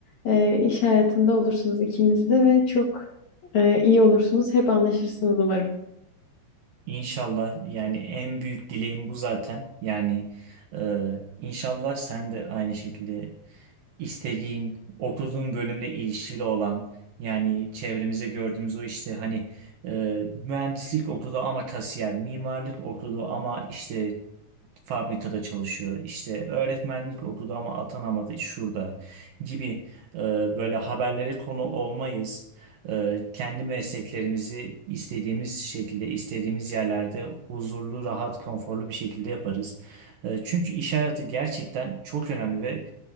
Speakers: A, on the left (about 50°); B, on the right (about 60°).
A: e, iş hayatında olursunuz ikiniz de ve çok e, iyi olursunuz. Hep anlaşırsınız umarım.
B: İnşallah yani en büyük dileğim bu zaten. Yani e, inşallah sen de aynı şekilde istediğin, okuduğun bölümle ilişkili olan yani çevremize gördüğümüz o işte hani e, mühendislik okudu ama kasiyer, mimarlık okudu ama işte fabrikada çalışıyor. işte öğretmenlik okudu ama atanamadı şurada gibi e, böyle haberlere konu olmayız. E, kendi mesleklerimizi istediğimiz şekilde, istediğimiz yerlerde huzurlu, rahat, konforlu bir şekilde yaparız. E, çünkü iş hayatı gerçekten çok önemli ve